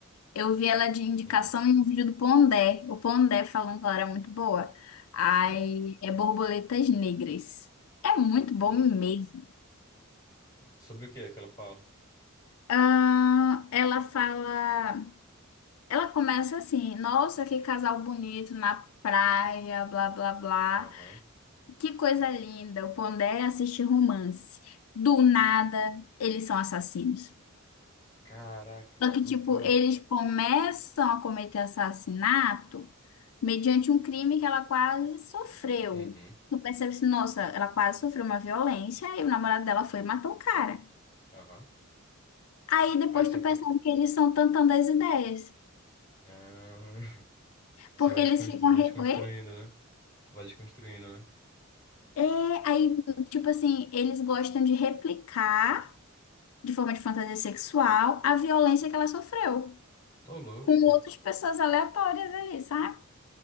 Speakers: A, on the left; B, on the left.
A: Eu vi ela de indicação
B: Hum,
A: em um vídeo do Pondé. O Pondé falando que ela era muito boa. Ai,
B: sim,
A: é Borboletas Negras. É muito bom
B: vou
A: mesmo.
B: ver. Sobre o que é que ela fala?
A: Ah, ela fala. Ela começa assim: Nossa, que casal bonito na praia, blá blá blá.
B: Aham.
A: Que coisa linda, o Pondé assiste romance. Do nada,
B: <laughs>
A: eles são assassinos.
B: Caraca,
A: Só que,
B: que
A: tipo,
B: loucura.
A: eles começam a cometer assassinato mediante um crime que ela quase sofreu.
B: Uhum,
A: Tu percebe assim, nossa, ela quase sofreu uma violência e o namorado dela foi e matou o cara.
B: aham.
A: Aí depois
B: Aí você...
A: tu
B: pe-
A: percebe que eles são tantando as ideias.
B: Ah, <laughs> Você
A: Porque
B: vai desconstru...
A: eles ficam.
B: vai desconstruindo,
A: Re... Oi?
B: né? Vai desconstruindo, né?
A: É, aí, tipo assim, eles gostam de replicar, de forma de fantasia sexual, a violência que ela sofreu.
B: Ô, louco.
A: com outras pessoas aleatórias ali, sabe?